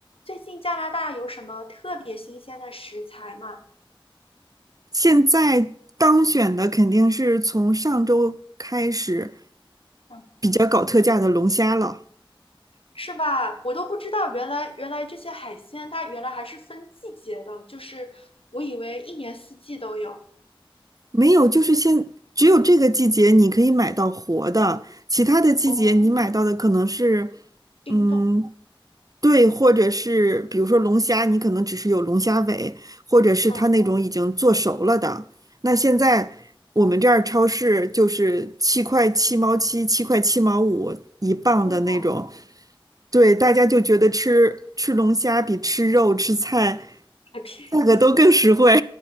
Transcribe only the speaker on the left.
最近加拿大有什么特别新鲜的食材吗？
嗯，
是吧？我都不知道，原来原来这些海鲜它原来还是分季节的，就是我以为一年四季都有。
嗯，
哦，冰冻，
嗯，
哇哦，
还便宜。